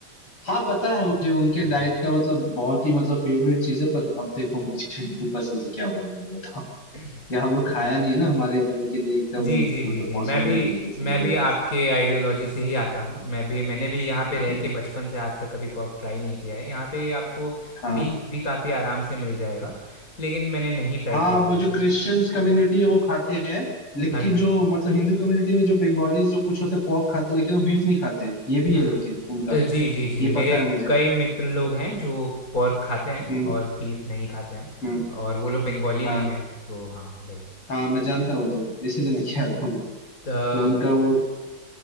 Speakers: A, on the left; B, on the left.
A: हाँ पता है मुझे उनके
B: हुँ।
A: डाइट का मतलब बहुत ही मतलब फेवरेट चीज है पर अब देखो मुझे नहीं पसंद तो क्या बोलूंगा
B: <clears throat>
A: या हम लोग खाया
B: जी।
A: नहीं है ना हमारे धर्म के लिए एकदम
B: जी,
A: नहीं
B: जी,
A: मतलब
B: जी, जी।
A: पॉसिबल
B: मैं भी
A: ही नहीं किसी के
B: मैं
A: तरीके
B: भी आपके
A: से
B: आइडियोलॉजी से ही आता हूँ। मैं भी मैंने भी यहाँ पे रह
A: हम्म,
B: के बचपन से आज तक कभी पोर्क ट्राई नहीं किया है। यहाँ पे आपको
A: हाँ
B: बीफ भी काफ़ी आराम से मिल जाएगा, लेकिन मैंने नहीं ट्राई
A: हाँ
B: किया है
A: वो
B: वो
A: जो
B: चीज़।
A: क्रिश्चियंस कम्युनिटी है वो खाते हैं लेकिन
B: हाँ जी।
A: जो मतलब हिंदू कम्युनिटी में जो बंगालीज जो कुछ होते हैं पोर्क खाते हैं लेकिन वो बीफ नहीं खाते हैं ये
B: ना-
A: भी है लेकिन उनका
B: अ, जी, जी, जी।
A: ये पता
B: मेरे
A: है मुझे
B: कई मित्र लोग हैं जो पोर्क खाते हैं
A: हम्म
B: और बीफ नहीं खाते हैं
A: हम्म
B: और वो लोग बंगाली
A: हाँ
B: भी हैं, तो हाँ, वही।
A: हाँ मैं जानता हूँ तो इसीलिए मैं कह रहा हूँ
B: त
A: तो उनका वो